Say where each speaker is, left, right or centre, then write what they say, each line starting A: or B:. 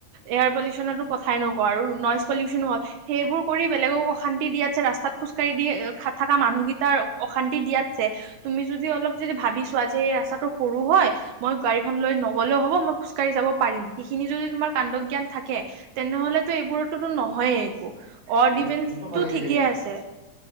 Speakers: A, on the right; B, on the right.
A: এয়াৰ পলিউচনতো কথাই নকওঁ, আৰু নইজ পলিউচনো হ'ল, সেইবোৰ কৰি বেলেগক অশান্তি দিয়াত ছে ৰাস্তাত খোজকাঢ়ি দিয় থকা মানুহকেইটাৰ অশান্তি দিয়াতছে তুমি যদি অলপ যদি ভাবি চোৱা, যে এই ৰাস্তাটো সৰু হয় মই গাড়ীখন ললৈ নগ'লেও হ'ব, মই খোজকাঢ়ি যাব পাৰিম। সেইখিনি যদি তোমাৰ কাণ্ড-জ্ঞান থাকে তেনেহ'লেতো এইবোৰতোতো নহয়ে একো, অড
B: হেল-
A: ইভেন্সটো
B: হেল্থটো ভালে থাকিলে,
A: ঠিক কে আছে,